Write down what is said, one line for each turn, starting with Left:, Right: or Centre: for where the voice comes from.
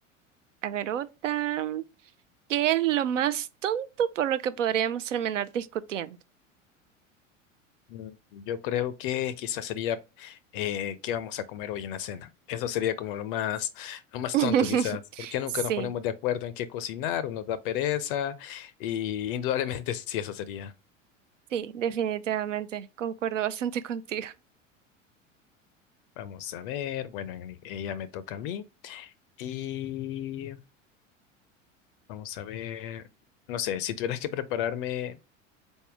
Right: a ver otra. ¿Qué es lo más tonto por lo que podríamos terminar discutiendo?
Left: Mm, Yo creo que quizás sería eh, qué vamos a comer hoy en la cena. Eso sería como lo más, lo más
Right: <laughs>
Left: tonto quizás, porque nunca
Right: Sí,
Left: nos ponemos de acuerdo en qué cocinar o nos da pereza y indudablemente <laughs> sí, eso sería.
Right: sí, definitivamente. Concuerdo bastante contigo.
Left: Vamos a ver, bueno, en mi- ella me toca a mí y vamos a ver, no sé, si tuvieras que prepararme